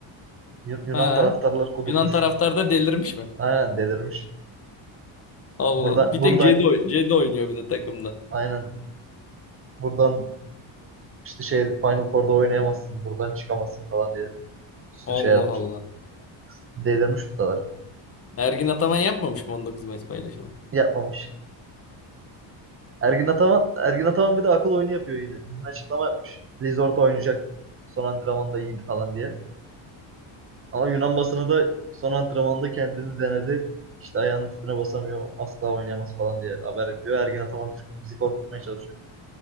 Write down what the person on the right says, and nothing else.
Yu- Yunan
taraftarlar kudurmuş.
Aynen delirmiş.
Buradan,
buradan
aynen. Buradan işte şey Final Four'da oynayamazsın. Buradan çıkamazsın falan diye bir sürü
şey yazmış.
Delirmiş ustalar.
Yapmamış. Ergin Ataman, Ergin Ataman bir de akıl oyunu yapıyor yine. Bugün açıklama yapmış. Lizort oynayacak. Son antrenmanda iyiydi falan diye. Ama Yunan basını da son antrenmanda kendini denedi. İşte ayağının üstüne basamıyor. Asla oynayamaz falan diye haber yapıyor. Ergin Ataman Türk bizi korkutmaya çalışıyor.